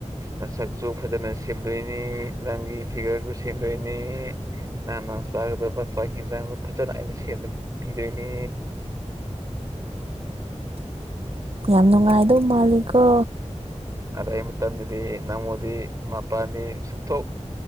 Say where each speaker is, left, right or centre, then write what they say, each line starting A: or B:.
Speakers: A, on the right; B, on the right.
A: ꯃꯁꯛꯁꯨ ꯐꯖꯅ ꯁꯦꯝꯗꯣꯏꯅꯤ ꯅꯪꯒꯤ ꯐꯤꯒꯔꯁꯨ ꯁꯦꯝꯗꯣꯏꯅꯤ ꯅꯍꯥꯟ ꯅꯥꯟ ꯆꯥꯒꯗꯕ ꯆꯥꯛ ꯌꯦꯖꯥꯡꯗ ꯐꯖꯅ ꯑꯩꯅ ꯁꯦꯝꯅ ꯄꯤꯗꯣꯏꯅꯦ
B: ꯌꯥꯝ ꯅꯨꯡꯉꯥꯏꯗꯧ ꯃꯥꯂꯤꯛꯀꯣ
A: ꯑꯗꯩ ꯃꯇꯝꯗꯨꯗꯤ ꯅꯪꯉꯣꯟꯗꯤ ꯃꯄꯥꯟꯗꯤ ꯁꯨꯞꯊꯣꯛ